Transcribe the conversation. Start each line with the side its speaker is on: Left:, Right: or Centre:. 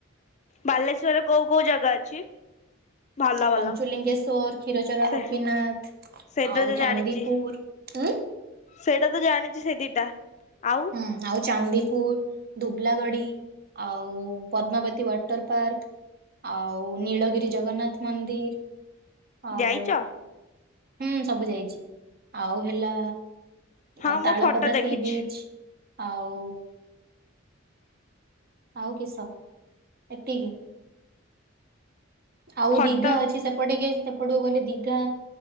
Left: ବାଲେଶ୍ୱରେ କୋଉ କୋଉ ଜାଗା ଅଛି? ଭଲ ଭଲ
Right: ପଞ୍ଚୁଲିଙ୍ଗେଶ୍ଵର, କ୍ଷୀରଚୋରା
Left: ସେ
Right: ଗୋପୀନାଥ
Left: ସେଇଟା
Right: ଆଉ
Left: ତ
Right: ଚାନ୍ଦିପୁର
Left: ଜାଣିଛି
Right: ହୁଁ।
Left: ସେଇଟା ତ ଜାଣିଛି ସେ ଦିଟା। ଆଉ?
Right: ହୁଁ ଆଉ ଚାନ୍ଦିପୁର ଦୁବଲାଗଡି। ଆଉ ପଦ୍ମାବତୀ ୱାଟର ପାର୍କ। ଆଉ ନୀଳଗିରି ଜଗନ୍ନାଥ ମନ୍ଦିର। ଆଉ
Left: ଯାଇଛ
Right: ହୁଁ ସବୁ ଯାଇଛି ଆଉ ହେଲା!
Left: ହଁ
Right: ଆଉ
Left: ମୁଁ
Right: ତାଳପଦା
Left: ଫଟୋ ଦେଖିଛି
Right: ସି ବିଚ୍ ଆଉ। ଆଉ କିଶ ଏତିକି? ଆଉ
Left: ଫଟୋ
Right: ଦିଘା ଅଛି ସେପଟେ କି। ସେପଟକୁ ଗଲେ ଦିଘା।